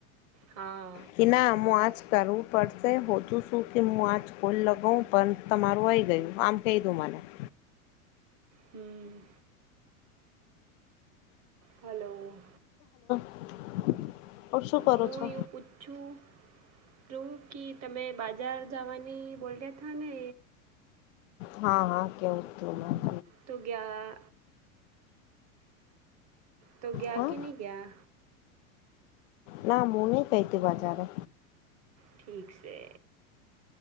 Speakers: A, on the right; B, on the left.
A: હા
B: કે ના મું આજ કરવું પડશે હોજું શું કે હું આજ ખોલ લગાવઉં પણ તમારું આવી ગયું આમ કહી દું મને. <inaudible>
A: હમ. હલો.
B: <inaudible> કરો
A: મુું
B: છો?
A: યૂ પુછું. તું ક તમે બાજાર જવાની બોલ્યા થા ને.
B: હા હા કેવું હતું.
A: તો ગયા તો ગયા
B: હા
A: કે નહી ગયા?
B: ના મુન કૈતીબાજારે.
A: ઠીક છે.